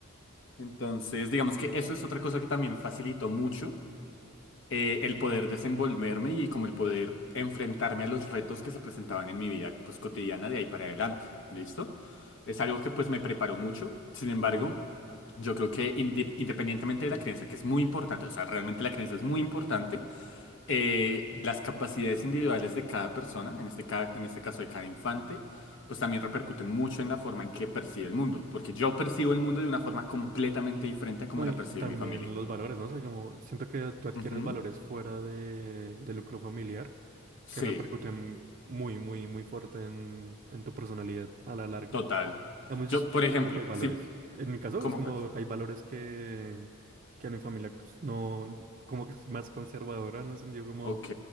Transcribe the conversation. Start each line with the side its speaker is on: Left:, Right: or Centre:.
Left: Entonces, digamos que eso es otra cosa que también facilitó mucho eh, el poder desenvolverme y como el poder enfrentarme a los retos que se presentaban en mi vida pues cotidiana de ahí para adelante. ¿Listo? Es algo que pues me preparó mucho. Sin embargo, yo creo que inde- independientemente de la creencia, que es muy importante, o sea, realmente la creencia es muy importante, eh, las capacidades individuales de cada persona, en este, ca- en este caso de cada infante, pues también repercuten mucho en la forma en que percibe el mundo, porque yo percibo el mundo de una forma completamente diferente a como
Right: No,
Left: la
Right: y
Left: percibe
Right: también
Left: mi familia.
Right: los valores, ¿no? O sea, como siento que tú adquieres
Left: Ujú.
Right: valores fuera de, del núcleo familiar
Left: Sí,
Right: que repercuten muy, muy, muy fuerte en, en tu personalidad a la larga.
Left: total.
Right: Digamos,
Left: Yo,
Right: yo, yo,
Left: por
Right: yo
Left: ejemplo,
Right: siento que hay valores.
Left: sí,
Right: En mi caso,
Left: ¿cómo
Right: es como
Left: cuál?
Right: hay valores que, que a mi familia no, como que es más conservadora en el sentido como
Left: Ok,